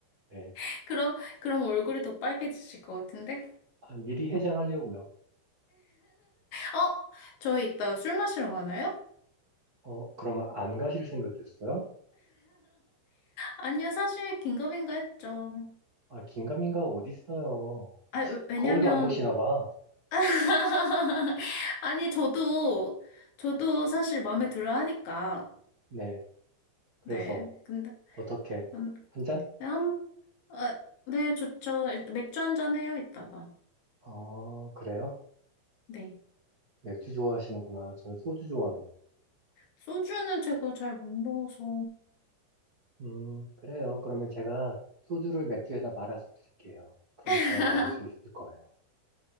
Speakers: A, on the right; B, on the left.
A: 네.
B: <laughs> 그럼, 그럼 얼굴이 더 빨개지실 것 같은데?
A: 아, 미리 해장하려고요.
B: 어? 저희 이따 술 마시러 가나요?
A: 어, 그러면 안 가실 생각이었어요?
B: 아니요, 사실 긴급인가 했죠.
A: 아, 긴가민가가 어디 있어요.
B: 아, 왜- 왜냐면,
A: 거울도 안 보시나 봐.
B: <laughs> 아니, 저도, 저도 사실 마음에 들어 하니까.
A: 네. 그래서,
B: 네. 근데,
A: 어떻게?
B: 음,
A: 한 잔?
B: 한, 아, 네, 좋죠. 일단 맥주 한잔 해요, 이따가.
A: 어, 그래요?
B: 네.
A: 맥주 좋아하시는구나. 저는 소주 좋아하는데.
B: 소주는 제가 잘 못 먹어서.
A: 음, 그래요. 그러면 제가 소주를 맥주에다 말아서 드릴게요. 그럼
B: <laughs>
A: 잘 마실 수 있을 거예요.